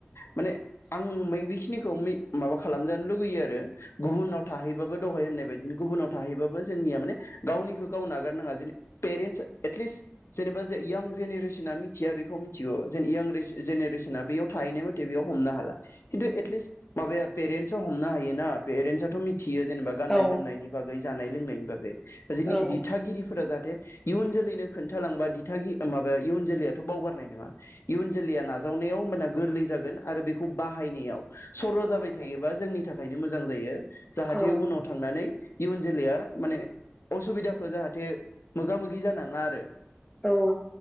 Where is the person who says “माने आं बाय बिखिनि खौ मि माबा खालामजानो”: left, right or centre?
Left